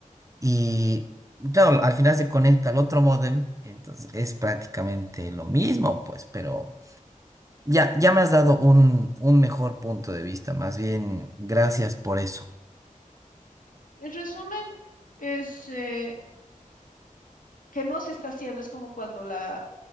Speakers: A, on the right; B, on the left.
A: Y claro, al final se conecta al otro módem, entonces es prácticamente lo mismo, pues, pero ya, ya me has dado un, un mejor punto de vista. Más bien, gracias por eso.
B: En resumen, es eh, que no se está haciendo, es como cuando la